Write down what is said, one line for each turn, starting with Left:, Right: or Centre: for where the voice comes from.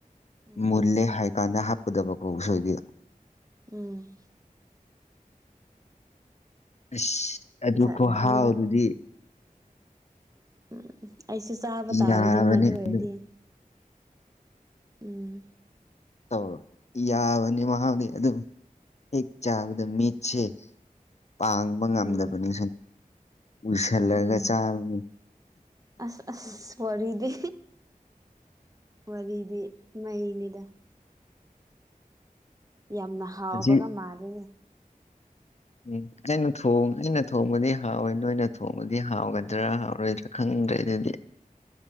Right: ꯎꯝ
Left: ꯃꯨꯜꯂꯦ ꯍꯥꯏꯀꯥꯟꯗ꯫ ꯀꯗꯕ <unintelligible> ꯐꯥꯎ ꯁꯣꯏꯕꯤ
Right: ꯎꯝ꯫
Left: ꯑꯁ ꯑꯗꯨ
Right: ꯖꯥꯠ
Left: ꯈꯍꯥꯎꯗꯨꯗꯤ꯫
Right: ꯖꯥꯠꯅꯤꯗ ꯎꯝ ꯎꯝ ꯑꯩꯁꯨ ꯆꯥꯕ
Left: ꯌꯥꯕꯅꯤ
Right: ꯇꯥꯔꯦꯗꯅ ꯑꯗꯨ ꯑꯣꯏꯔꯗꯤ꯫
Left: ꯑꯗꯨꯝ
Right: ꯎꯝ
Left: ꯇꯧꯔꯣ ꯌꯥꯕꯅꯤ ꯃꯍꯥꯛꯗꯤ ꯑꯗꯨꯝ ꯍꯦꯛ ꯆꯥꯕꯗ ꯃꯤꯠꯁꯦ ꯄꯥꯡꯕ ꯉꯝꯗꯕꯅꯤ
Right: ꯎꯝ
Left: ꯎꯏꯁꯜꯂꯒ
Right: ꯎꯝ
Left: ꯆꯥꯕꯅꯤ
Right: ꯑꯁ ꯑꯁ ꯋꯥꯔꯤꯗꯤ ꯋꯥꯔꯤꯗꯤ ꯃꯩꯅꯤꯗ ꯌꯥꯝꯅ ꯍꯥꯎꯕꯒ
Left: ꯍꯧꯖꯤꯛ
Right: ꯃꯥꯜꯂꯤꯅꯦ꯫
Left: ꯎꯝ ꯑꯩꯅ ꯊꯣꯡ ꯑꯩꯅ ꯊꯣꯡꯕꯗꯤ ꯍꯥꯎꯋꯦ ꯅꯣꯏꯅ ꯊꯣꯡꯕꯗꯤ ꯍꯥꯎꯒꯗ꯭ꯔꯥ ꯍꯥꯎꯔꯣꯏꯗ꯫ ꯈꯪꯗ꯭ꯔꯦ ꯑꯗꯨꯗꯤ꯫